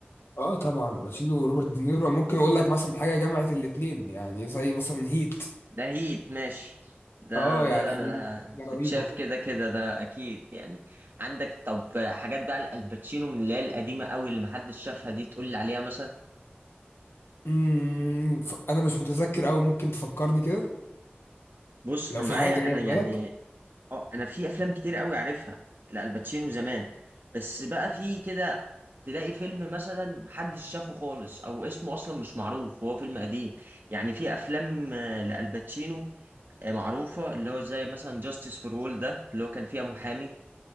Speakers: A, on the left; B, on the right.
A: اه طبعا باتشينو وروبرت دينيرو ممكن اقول لك مثلا حاجه جمعت الاتنين يعني زي مثلا هيت
B: ده هيت ماشي ده
A: اه
B: ده
A: يعني هيت دي حاجه رهيبه
B: بتشاف كده كده ده أكيد يعني عندك طب حاجات بقى لألباتشينو من اللي هي القديمة أوي اللي محدش شافها دي تقول لي عليها مثلا
A: امم ف- انا مش متذكر قوي ممكن تفكرني كده
B: بص
A: لو
B: أنا
A: في
B: معايا
A: حاجه
B: أنا
A: جايه في بالك
B: يعني أه أنا في أفلام كتير أوي عارفها لألباتشينو زمان بس بقى في كده تلاقي فيلم مثلا محدش شافه خالص أو اسمه أصلا مش معروف وهو فيلم قديم يعني في أفلام آه، لألباتشينو آه، معروفة اللي هو زي مثلا جاستس فور وول ده اللي هو كان فيها محامي